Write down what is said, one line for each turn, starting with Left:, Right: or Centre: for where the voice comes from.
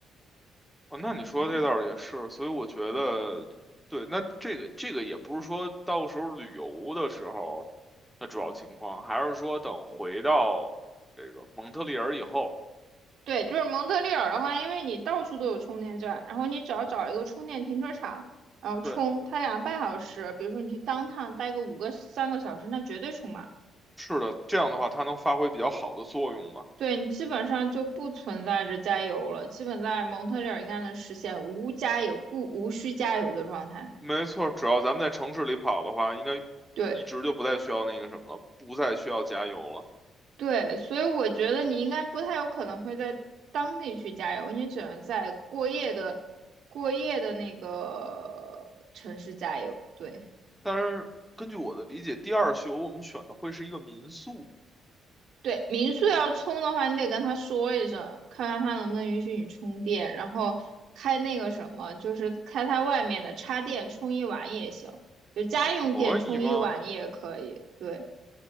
Centre: 哦，那你说这倒是也是，
Right: 嗯，
Centre: 所以我觉得，对，那这个这个也不是说到时候旅游的时候的主要情况，还是说等回到这个蒙特利尔以后。
Right: 对，就是蒙特利尔的话，因为你到处都有充电站，然后你只要找一个充电停车场，然后充，
Centre: 对，
Right: 它两个半小时，比如说你去当趟待个五个三个小时，那绝对充满。
Centre: 是的，这样的话它能发挥比较好的作用嘛？
Right: 对你基本上就不存在着加油了，基本在蒙特利尔应该能实现无加油不无需加油的状态。
Centre: 没错，只要咱们在城市里跑的话，应该一直就不再需要那个什么了，
Right: 对。
Centre: 不再需要加油了。
Right: 对，所以我觉得你应该不太有可能会在当地去加油，你只能在过夜的过夜的那个城市加油。对
Centre: 但是根据我的理解，第二宿我们选的会是一个民宿，
Right: 对，民宿要充的话，
Centre: 我
Right: 你得跟他说一声，看看他能不能允许你充电，然后开那个什么，就是开它外面的插电充一晚也行，就家用电充一晚也可以。
Centre: 我可以吗？
Right: 对，